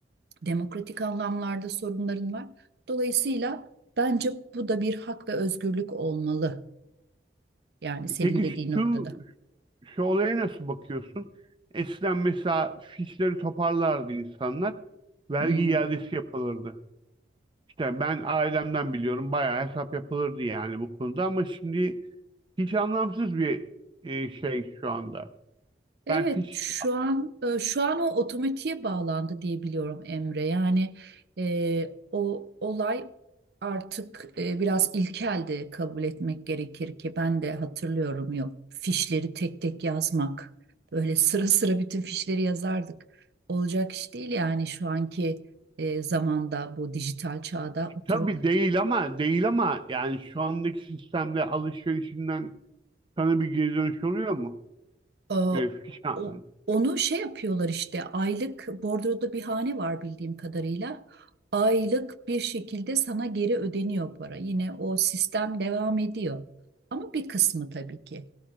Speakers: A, on the right (about 65°); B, on the right (about 25°).
A: demokratik anlamlarda sorunların var. Dolayısıyla bence bu da bir hak ve özgürlük olmalı. Yani senin
B: Peki
A: dediğin noktada.
B: şu, şu olaya nasıl bakıyorsun? Eskiden mesela fişleri toparlardı insanlar. Vergi
A: Hmm.
B: iadesi yapılırdı. İşte ben ailemden biliyorum bayağı hesap yapılırdı yani bu konuda ama şimdi hiç anlamsız bir e, şey şu anda.
A: Evet,
B: Ben fiş
A: şu an e, şu an o otomatiğe bağlandı diye biliyorum Emre. Yani e, o olay artık e, biraz ilkeldi kabul etmek gerekir ki ben de hatırlıyorum yok fişleri tek tek yazmak. Böyle <laughs> sıra sıra bütün fişleri yazardık. Olacak iş değil yani şu anki e, zamanda bu dijital çağda oturup
B: tabii değil ama değil ama yani şu andaki sistemde alışverişinden Sana bir geri dönüş oluyor mu?
A: Ee,
B: Öyle fişan.
A: o- onu şey yapıyorlar işte aylık bordroda bir hane var bildiğim kadarıyla. Aylık bir şekilde sana geri ödeniyor para. Yine o sistem devam ediyor. Ama bir kısmı tabii ki.